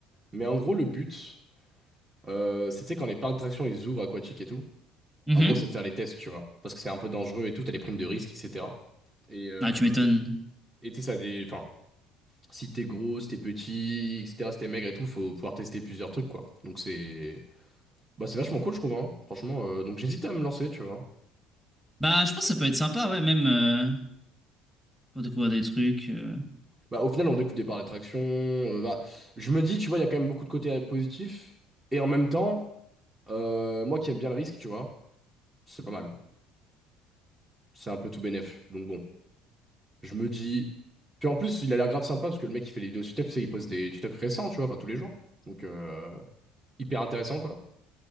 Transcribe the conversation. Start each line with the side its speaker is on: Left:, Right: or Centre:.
Right: Mais en gros, le but, euh, c'est, tu sais, quand les parcs d'attractions, ils ouvrent aquatiques et tout.
Centre: Mhm.
Right: En gros, c'est de faire les tests, tu vois. Parce que c'est un peu dangereux et tout, t'as les primes de risque, etc. Et euh,
Centre: Ah, tu m'étonnes.
Right: et tu sais, ça des. Enfin, si t'es gros, si t'es petit, etc., si t'es maigre et tout, faut pouvoir tester plusieurs trucs, quoi. Donc, c'est. Bah, c'est vachement cool, je trouve, hein. Franchement, euh, donc j'hésitais à me lancer, tu vois.
Centre: Bah, je pense que ça peut être sympa, ouais, même euh, pour découvrir des trucs. euh,
Right: Bah, au final, on découvre des par d'attraction. euh, bah, je me dis, tu vois, il y a quand même beaucoup de côtés euh, positifs. Et en même temps, euh, moi qui aime bien le risque, tu vois, c'est pas mal. C'est un peu tout bénef. Donc bon, je me dis. Puis en plus, il a l'air grave sympa parce que le mec, il fait les vidéos sur TikTok, tu sais, il poste des TikTok récents, tu vois, enfin tous les jours. Donc, euh, hyper intéressant, quoi.